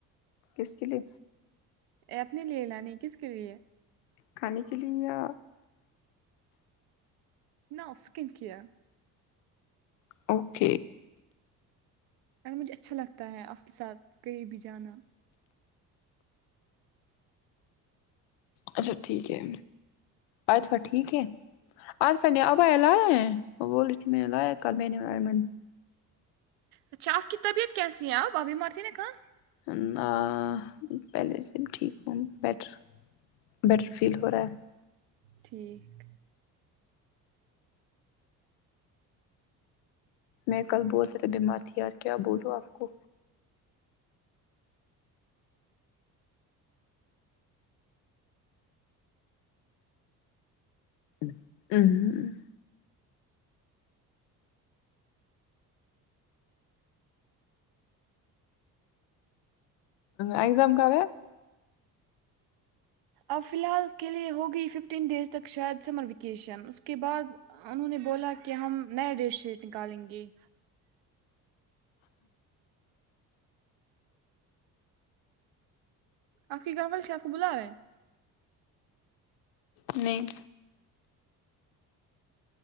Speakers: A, on the left; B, on the right.
A: کس کے لیے
B: آپ نے لیے لانی کس کے لیے
A: کھانے کے لیے یا
B: نو سکین کیا
A: اوکے
B: مجھے اچھا لگتا ہے آپ کے ساتھ کہیں بھی جانا
A: اچھا ٹھیک ہے اچھا ٹھیک ہے اسیا نے ابایا لایا ہیں وہ بول رہی تھی میں نے لایا کل میں نے اور ایمن نے
B: اچھا آپ کی طبیعت کیسی ہے آپ ابھی مارتی نے کہاں
A: اللہ پہلے سے بھی ٹھیک ہوں بیٹر بیٹر فیل ہو رہا ہے
B: ٹھیک
A: میں کل بہت سے بیمار تھی یار کیا بولو آپ کو اوں <unintelligible> ایگزام کب ہے
B: اب فی الحال کے لیے ہوگئی ففٹین ڈیز تک شاید سمر ویکیشن اس کے بعد انہوں نے بولا کہ ہم نیا ڈیش نکالیں گے آپ کی گھر والی سے آپ کو بلا رہے ہیں
A: نہیں